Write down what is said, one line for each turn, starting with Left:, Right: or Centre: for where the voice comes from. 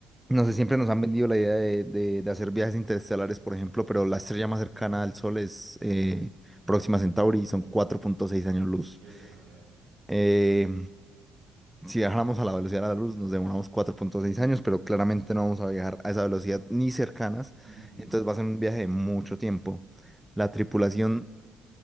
Centre: no sé, siempre nos han vendido la idea de, de- de hacer viajes interestelares, por ejemplo, pero la estrella más cercana al Sol es eh, Próxima Centauri y son cuatro
Right: ujú.
Centre: punto seis años luz.
Right: Es demasiado.
Centre: Eh, si viajáramos a la velocidad de la luz, nos demoramos cuatro punto seis años, pero claramente no vamos a viajar a esa velocidad ni cercanas,
Right: Ujú,
Centre: entonces va a ser un viaje de mucho tiempo. La tripulación